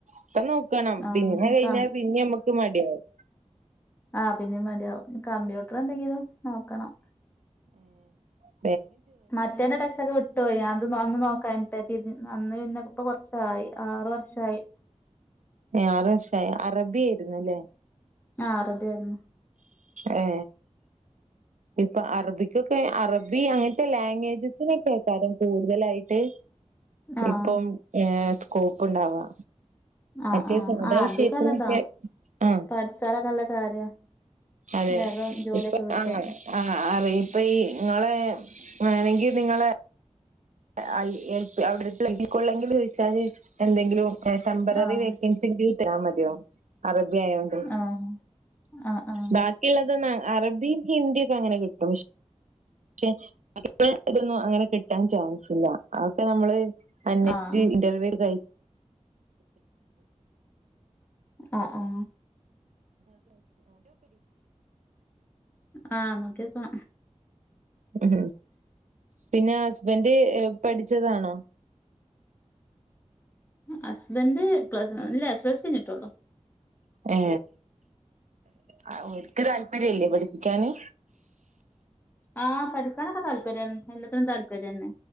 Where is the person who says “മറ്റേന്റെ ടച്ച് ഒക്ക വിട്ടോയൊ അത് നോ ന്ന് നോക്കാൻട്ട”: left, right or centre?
Left